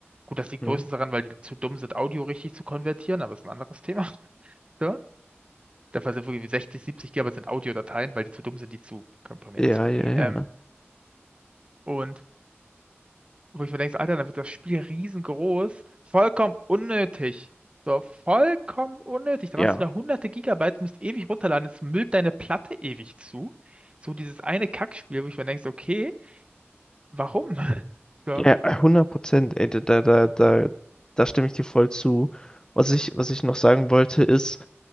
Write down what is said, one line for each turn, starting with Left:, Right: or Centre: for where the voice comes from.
Right: Gut, das liegt
Left: Hm.
Right: größtenteils daran, weil die zu dumm sind, Audio richtig zu konvertieren, aber ist ein anderes Thema. <laughs> So. Der Fall sind wirklich 60, 70 Gigabyte sind Audiodateien, weil die zu dumm sind, die zu komprimieren.
Left: Ja, ja, ja.
Right: Ähm, und wo ich mir denke, so, Alter, dann wird das Spiel riesengroß, vollkommen unnötig. So, vollkommen unnötig. Dann
Left: Ja.
Right: hast du da hunderte Gigabyte, musst ewig runterladen, es müllt deine Platte ewig zu. So dieses eine Kackspiel, wo ich mir denke, so, okay, warum? <laughs> So,
Left: Ja, hundert Prozent, ey, da, da, da, da da stimme ich dir voll zu. Was ich, was ich noch sagen wollte, ist,